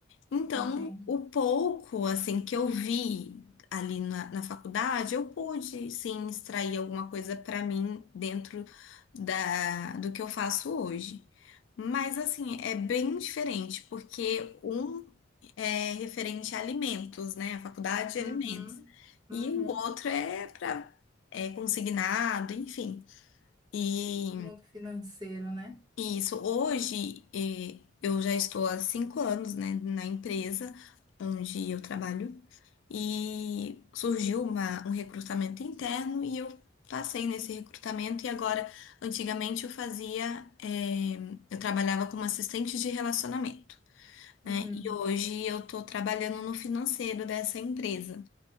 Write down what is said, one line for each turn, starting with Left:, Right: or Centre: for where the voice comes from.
Left: Então,
Right: entendo.
Left: o pouco assim que eu vi ali na, na faculdade, eu pude sim extrair alguma coisa para mim dentro da, do que eu faço hoje. Mas assim, é bem diferente, porque um é referente a alimentos, né? A faculdade de
Right: Uhum,
Left: alimentos. E
Right: uhum.
Left: o outro é para é consignado, enfim. E
Right: Mundo financeiro, né?
Left: isso. Hoje, eh, eu já estou há cinco anos, né, na empresa onde eu trabalho e surgiu uma- um recrutamento interno e eu passei nesse recrutamento e agora, antigamente eu fazia, eh, eu trabalhava como assistente de relacionamento, né,
Right: Uhum.
Left: e hoje eu estou trabalhando no financeiro dessa empresa.